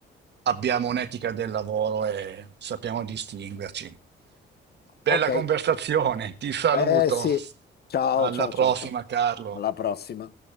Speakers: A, on the right; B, on the left.
A: abbiamo un'etica del lavoro e sappiamo distinguerci. Bella
B: Ok,
A: conversazione, ti saluto.
B: eh sì. Ciao,
A: Alla
B: ciao,
A: prossima,
B: ciao, ciao.
A: Carlo.
B: Alla prossima.